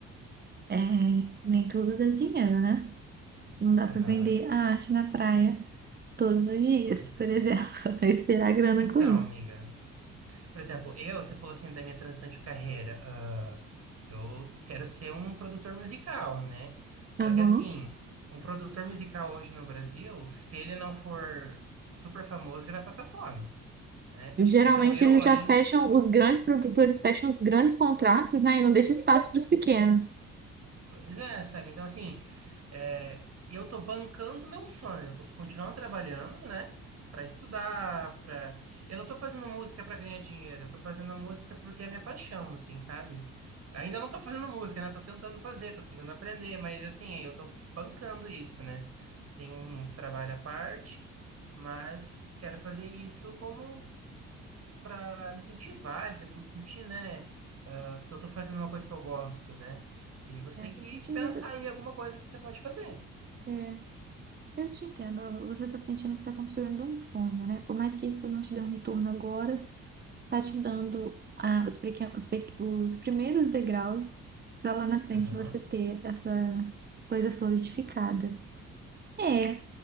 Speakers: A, on the right; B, on the right.
A: é, nem tudo dá dinheiro, né? Não dá
B: Aham,
A: para vender a arte na praia todos os dias,
B: pois
A: por
B: é.
A: exemplo, <laughs> esperar grana
B: Então,
A: com isso.
B: amiga, por exemplo, eu, você falou assim da minha transição de carreira. ah, eu quero ser um produtor musical, né? Só
A: Aham.
B: que assim, um produtor musical hoje no Brasil, se ele não for super famoso, ele vai passar fome, né?
A: Geralmente
B: Então eu,
A: eles
B: aí,
A: já fecham, os grandes produtores fecham os grandes contratos, né? E não deixa espaço para os pequenos.
B: Pois é, sabe? Então, assim, é, eu tô bancando meu sonho, eu tô, tô continuando trabalhando, né? Pra estudar, pra... Eu não tô fazendo música pra ganhar dinheiro, eu tô fazendo música porque é minha paixão, assim, sabe? Ainda não tô fazendo música, né? Tô tentando fazer, tô tentando aprender, mas, assim, eu tô bancando isso, né? Tem um trabalho à parte, mas quero fazer isso como para me sentir válida, para me sentir, né, ah, que eu tô fazendo uma coisa que eu gosto, né? E você
A: É,
B: tem
A: para
B: que
A: sentir
B: pensar
A: você.
B: em alguma coisa que você pode fazer.
A: É, eu te entendo. Você está sentindo que está construindo um sonho, né? Por mais que isso não te dê um retorno agora, tá te dando ah, os, pequen- os, pe- os primeiros degraus para lá na frente
B: Aham.
A: você ter essa coisa solidificada. É,